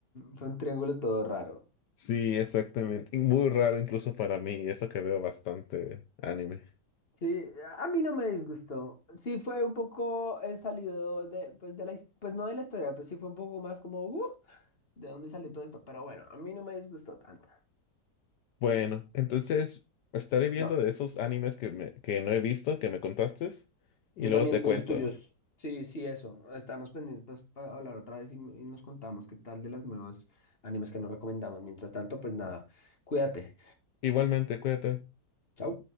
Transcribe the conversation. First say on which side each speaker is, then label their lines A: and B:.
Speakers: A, on the left; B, on the left.
A: fue un triángulo todo raro.
B: Sí, exactamente. Muy raro incluso para mí, y eso que veo bastante anime.
A: Sí, a mí no me disgustó. Sí, fue un poco eh, salido de, pues, de la, his- pues no de la historia, pero sí fue un poco más como, uh, ¿de dónde salió todo esto? Pero bueno, a mí no me disgustó tanto.
B: Bueno, entonces estaré viendo
A: No,
B: de esos animes que, me- que no he visto, que me contaste, y
A: yo
B: luego
A: también
B: te cuento.
A: de los tuyos. Sí, sí, eso. Estamos pendientes pues, para hablar otra vez y, y nos contamos qué tal de las nuevas animes que nos recomendamos. Mientras tanto, pues nada, cuídate.
B: Igualmente, cuídate.
A: Chao.